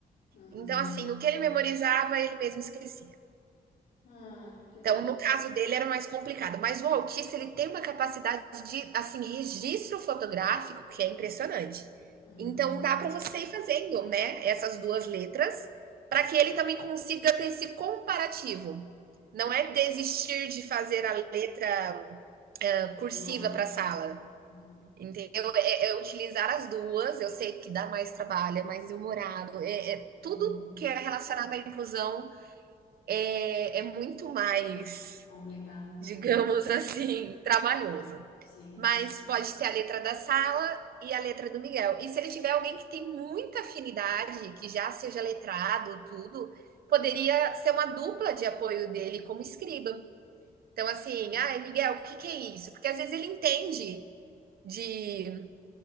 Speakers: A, on the left (about 90°); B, on the right (about 75°).
A: hum.
B: Então, assim, o que ele memorizava, ele mesmo esquecia.
A: Ai, que dor.
B: Então, no caso dele, era mais complicado. Mas o autista, ele tem uma capacidade de, assim, registro fotográfico que é impressionante.
A: Uhum.
B: Então, dá para você ir fazendo, né, essas duas letras, para que ele também consiga ter esse comparativo. Não é desistir de fazer a letra cursiva
A: De mão, né?
B: para a sala.
A: Uhum.
B: Entendeu? É, é é utilizar as duas. Eu sei que dá mais trabalho, é mais demorado. É, é-
A: <laughs>
B: tudo que é relacionado à inclusão é, é muito mais,
A: Complicado, né?
B: digamos <laughs> assim, trabalhoso.
A: Sim,
B: Mas
A: sim,
B: pode ter a letra da sala e a letra do Miguel. E se ele tiver alguém que tem muita afinidade, que já seja letrado, tudo, poderia ser uma dupla de apoio dele como escriba. Então,
A: sim,
B: assim, ah, Miguel, o que que é isso? Porque às vezes ele entende de,